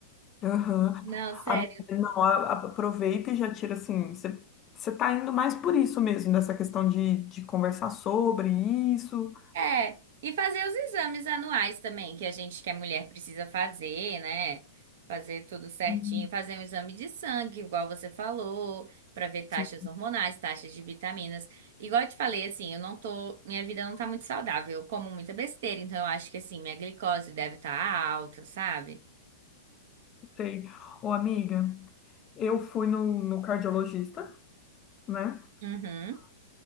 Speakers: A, on the left (about 30°); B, on the right (about 60°).
A: Aham.
B: Não, sério.
A: A- Não, a- aproveita e já tira assim. Você você tá indo mais por isso mesmo, nessa questão de, de conversar sobre isso.
B: É, e fazer os exames anuais também, que a gente, que é mulher, precisa fazer, né? Fazer tudo certinho,
A: Uhum.
B: fazer um exame de sangue, igual você falou, para ver taxas
A: Sim,
B: hormonais, taxas de vitaminas. Igual eu te falei, assim, eu não tô, minha vida não tá muito saudável, eu como muita besteira, então eu acho que assim, minha glicose deve estar alta, sabe?
A: sei. Ô, amiga, eu fui no, no cardiologista, né?
B: Uhum.